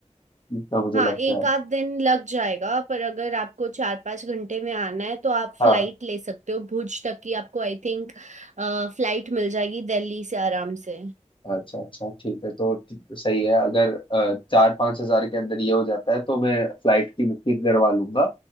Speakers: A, on the left; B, on the right.
A: जितना मुझे
B: हाँ
A: लगता
B: एक
A: है
B: आध दिन लग जाएगा पर अगर आपको चार पाँच घंटे में आना है तो आप
A: हाँ
B: फ्लाइट ले सकते हो भुज तक की आपको आई थिंक फ्लाइट मिल जाएगी दिल्ली से आराम से
A: अच्छा अच्छा ठीक है तो ठी- सही है अगर अ, चार पाँच हजार के अंदर ये हो जाता है तो मैं फ्लाइट की बुकिंग करवा लूंगा